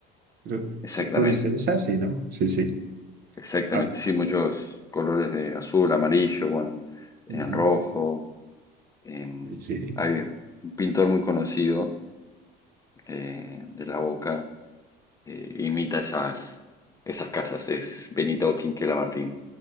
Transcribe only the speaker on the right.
Creo-
sí, ¿puede ser esa? Sí, ¿no? Sí, sí.
Ah,
ujú.
Sí, sí.